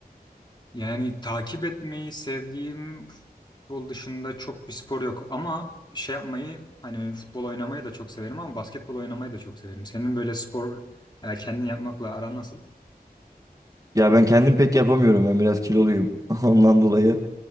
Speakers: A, on the left; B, on the right.
A: Yani takip etmeyi sevdiğim futbol dışında çok bir spor yok ama şey yapmayı hani futbol oynamayı da çok severim ama basketbol oynamayı da çok severim. Senin böyle spor e, kendin yapmakla aran nasıl?
B: Ya ben kendim pek yapamıyorum. Ben biraz kiloluyum. <laughs> Ondan dolayı